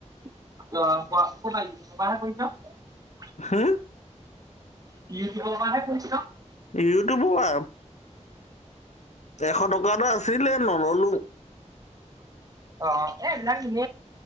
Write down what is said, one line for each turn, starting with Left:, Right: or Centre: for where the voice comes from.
Right: অঁ ক'ত আহ তহে কৰিছা।
Left: হুম
Right: কি কি বাে পুিল
Left: ইউটো বোৱা এশ টকাটো আছিলে নললো।
Right: অঁ এইবিলাক ম